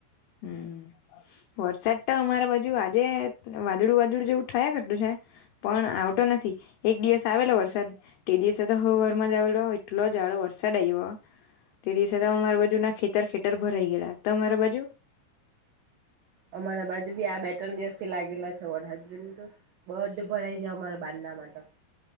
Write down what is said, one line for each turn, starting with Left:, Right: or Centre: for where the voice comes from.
Left: હમ્મ વરસાદ તો અમારા બાજુ આજે વાદળું વાદળું જેવું થયા કરતું છે પણ આવતો નથી એક દિવસ આવેલો વરસાદ તે દિવસે તો હવારમાં જ આવેલો એટલો જાડો વરસાદ આવ્યો બ તે દિવસે તો અમારા બાજુ ના ખેતર ખેતર ભરાઈ ગયલા તમારા બાજુ
Right: અમારા બાજુ બી આ બે ત્રણ દિવસ થી લાગેલા છે વરહાદ જોને તું બધુ ભરાઈ જાય અમારા બાણ તાં મારે તો